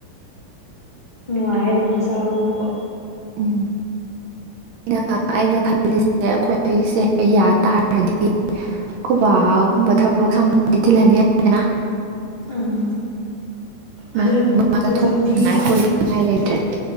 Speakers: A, on the left (about 20°); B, on the right (about 70°).
A: ꯅꯨꯡꯉꯥꯏ ꯑꯗꯨꯃꯥꯏꯅ ꯁꯥꯕꯅꯤꯅꯀꯣ
B: ꯎꯝ ꯑꯩꯅ ꯑꯩꯅ ꯈꯜꯂꯤꯁꯦ ꯑꯩꯈꯣꯏꯁꯦ ꯌꯥ ꯇꯥꯔꯗꯤ ꯀꯣꯕꯒꯨꯝꯕ ꯊꯕꯛ ꯁꯪꯗꯤ ꯊꯤꯜꯍꯟꯅꯤꯗꯅ
A: ꯎꯝ ꯍꯜꯂꯛꯄꯗꯨꯗꯤ
B: ꯉꯥꯏꯉꯥꯏ ꯂꯩꯇ꯭ꯔꯦ